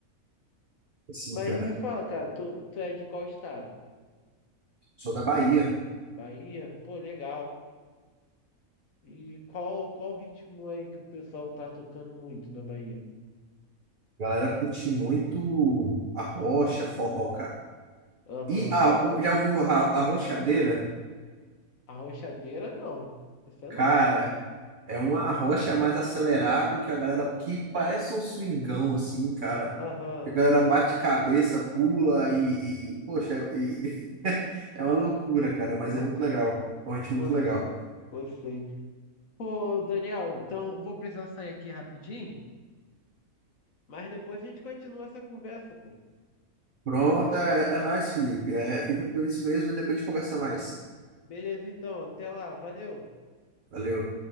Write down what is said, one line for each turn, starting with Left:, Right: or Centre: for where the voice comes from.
Right: Assim,
Left: Mas
Right: cara,
Left: me fala, cara, tu, tu é de qual estado?
Right: sou da Bahia.
Left: Bahia? Pô, legal. E qual, qual ritmo aí que o pessoal tá tocando muito na Bahia?
Right: A galera curte muito a rocha, forró, cara.
Left: Aham.
Right: E a, o- já ouviu a, a rochadeira?
Left: Arrochadeira, não. Essa é
Right: Cara,
Left: nova.
Right: é uma arrocha mais acelerado que a galera que parece um swingão, assim, cara.
Left: Aham.
Right: A galera bate cabeça, pula e, e poxa, e, <laughs> é uma loucura, cara, mas
Left: <laughs>
Right: é muito legal. É um ritmo
Left: Pô,
Right: muito
Left: f-
Right: legal.
Left: pô, sei. Pô, Daniel, então vou precisar sair aqui rapidinho, mas depois a gente continua essa conversa, pô.
Right: Pronto, é, é nóis, Felipe. É, fica por isso mesmo e depois a gente conversa mais.
Left: Beleza, então. Até lá. Valeu.
Right: Valeu.